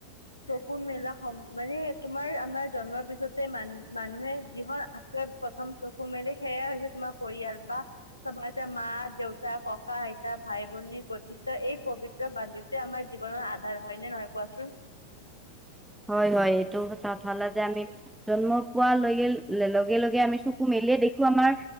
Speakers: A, on the left; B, in the centre.
A: চকুৰ মেলা মানে তোমাৰ আমাৰ জন্মৰ পিছতে মান মানুহে যিখন আ প্ৰথম চকু মেলি সেয়াই হৈছে তোমাৰ পৰিয়াল বা চব মা দেউতা ককা আইতা ভাই ভনী গঠীষ্ঠ এই পবিত্ৰ বান্ধোটোৱে আমাৰ জীৱনৰ ধাৰ হয়নে নহয় কোৱাচোন?
B: হয়'-হয়', এইটো কথা যে আমি জন্ম পোৱা লগে-লগে-লগে আমি চকু মেলিয়ে দেখো আমাৰ